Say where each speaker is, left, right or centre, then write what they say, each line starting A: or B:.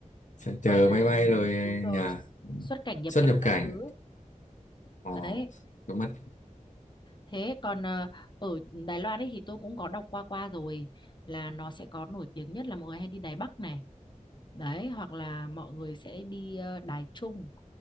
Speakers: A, on the left; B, on the left.
A: chờ chờ
B: gọi là
A: máy bay rồi ờ,
B: đúng rồi
A: nhà ừ,
B: xuất cảnh nhập
A: xuất
B: cảnh
A: nhập
B: các
A: cảnh.
B: thứ
A: Ờ,
B: đấy
A: cũng mất.
B: thế còn ờ, ở Đài Loan ấy thì tôi cũng có đọc qua qua rồi là nó sẽ có nổi tiếng nhất là mọi người hay đi Đài Bắc này đấy hoặc là mọi người sẽ đi ờ, Đài Trung